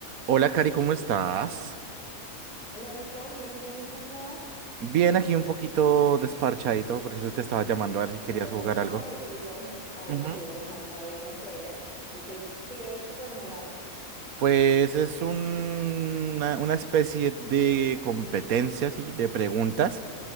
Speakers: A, on the right; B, in the centre.
A: Hola, Cari, ¿cómo estás?
B: Hola Nico, bien, bien. ¿Y tú cómo vas?
A: Bien, aquí un poquito desparchadito, por eso te estaba llamando a ver si querías
B: Eh,
A: jugar
B: ¿estás
A: algo.
B: aburrido? Ah, bueno,
A: Ujú.
B: juguemos algo. A ver, no sé, ¿de qué, qué, qué podemos jugar?
A: Pues es un- una, una especie de competencia, sí, de preguntas